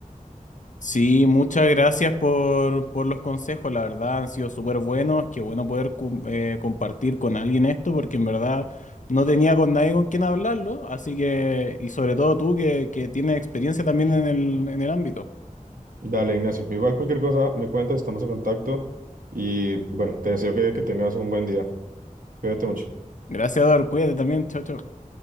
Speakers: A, on the left; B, on the right.
A: Sí, muchas gracias por, por los consejos, la verdad han sido súper buenos, qué bueno poder cum- eh, compartir con alguien esto, porque en verdad no tenía con nadie con quien hablarlo, así que, y sobre todo tú que, que tienes experiencia también en el, en el ámbito.
B: Dale, Ignacio. Igual cualquier cosa me cuentas, estamos en contacto y bueno, te deseo que que tengas un buen día. Cuídate mucho.
A: Gracias, Eduardo, cuídate también, chao, chao.